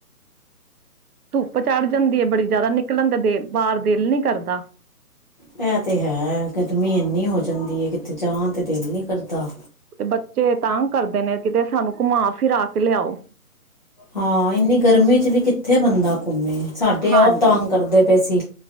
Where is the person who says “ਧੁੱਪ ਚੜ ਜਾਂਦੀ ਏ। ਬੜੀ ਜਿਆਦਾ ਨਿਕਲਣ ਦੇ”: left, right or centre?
Right